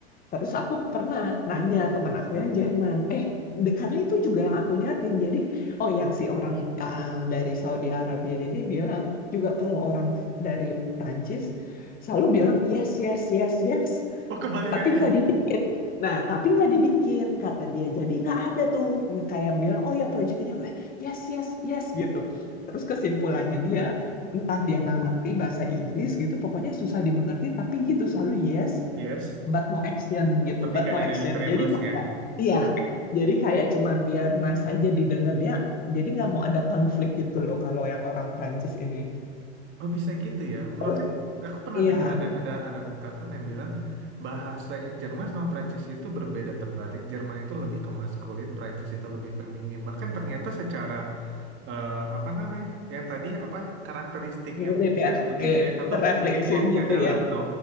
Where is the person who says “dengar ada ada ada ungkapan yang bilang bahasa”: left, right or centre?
Right